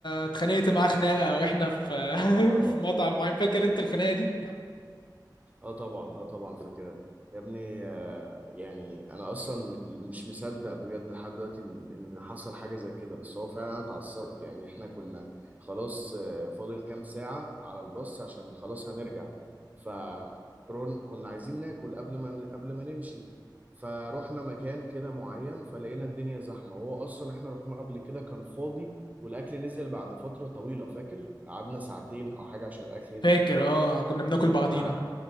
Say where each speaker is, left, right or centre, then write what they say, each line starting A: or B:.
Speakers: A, on the left (about 80°); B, on the right (about 20°).
A: اتخانقت معاه خناقة واحنا في
B: اه
A: <laughs> في مطعم معين فاكر انت الخناقة دي؟
B: اه طبعا اه طبعا فاكرها يا ابني آه، يعني انا اصلا مش مصدق بجد لحد دلوقتي ان إن حصل حاجه زي كده بس هو فعلا انا اتعصبت يعني احنا كنا خلاص آه، فاضل كام ساعه على الباص عشان خلاص هنرجع فرون كنا عايزين ناكل قبل ما ن- قبل ما نمشي فروحنا مكان كده معين فلقينا الدنيا زحمه وهو اصلا احنا رحنا قبل كده كان فاضي والاكل نزل بعد فتره طويله فاكر قعدنا ساعتين او حاجه عشان الاكل ينزل
A: فاكر اه كنا بناكل بعضينا
B: ف